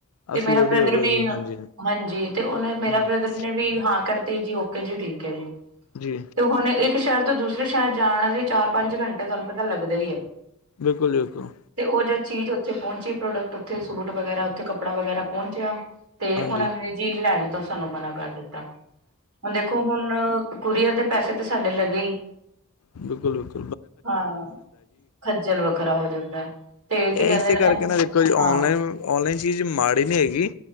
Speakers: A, on the right; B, on the left.
A: ਤੇ
B: ਅਸੀਂ
A: ਮੇਰਾ
B: ਓਡੀ
A: ਬ੍ਰਦਰ
B: ਹੋ ਗਿਆ
A: ਵੀ
B: ਜੀ ਹਾਂਜੀ
A: ਹਾਂਜੀ ਤੇ ਉਹਨੇ ਮੇਰਾ
B: ਹਾਂਜੀ
A: ਬ੍ਰਦਰ ਨੇ ਵੀ ਹਾਂ ਕਰਤੀ ਜੀ ਓ ਜੀ ਠੀਕ ਹੈ ਜੀ
B: ਜੀ
A: ਤੇ ਹੁਣ ਇੱਕ ਸ਼ਹਿਰ ਤੋਂ ਦੂਸਰੇ ਸ਼ਹਿਰ ਜਾਣ ਲਈ ਚਾਰ ਪੰਜ ਘੰਟੇ ਤੁਹਾਨੂੰ ਪਤਾ ਲੱਗਦਾ ਹੀ ਹੈ।
B: ਬਿਲਕੁਲ- ਬਿਲਕੁਲ।
A: ਤੇ ਉਹ ਜਦ ਚੀਜ਼ ਉੱਥੇ ਪਹੁੰਚੀ ਪ੍ਰੋਡਕਟ ਉੱਥੇ ਸੂਟ ਵਗੈਰਾ ਉੱਥੇ ਕੱਪੜਾ ਵਗੈਰਾ ਪਹੁੰਚਿਆ। ਤੇ
B: ਹਾਂਜੀ
A: ਉਹਨਾਂ ਨੇ ਚੀਜ ਲੈਣ ਤੋਂ ਸਾਨੂੰ ਮਨਾ ਕਰ ਦਿੱਤਾ ਹੁਣ ਦੇਖੋ ਹੁਣ ਕੁਰੀਅਰ ਦੇ ਪੈਸੇ ਤੇ ਸਾਡੇ ਲੱਗੇ ਹੀ
B: ਬਿਲਕੁਲ - ਬਿਲਕਲ।
A: ਹਾਂ। ਖੱਜਲ ਵੱਖਰਾ ਹੋ ਜਾਂਦਾ। ਤੇ
B: ਇਹ
A: ਕੀ ਕਹਿੰਦੇ
B: ਇਸੇ
A: ਨੇ
B: ਕਰਕੇ ਨਾ ਦੇਖੋ ਜੀ
A: ਹਾਂ
B: ਔਨਲਾਈਨ ਔਨਲਾਈਨ ਚੀਜ਼ ਮਾੜੀ ਨੀ ਹੈਗੀ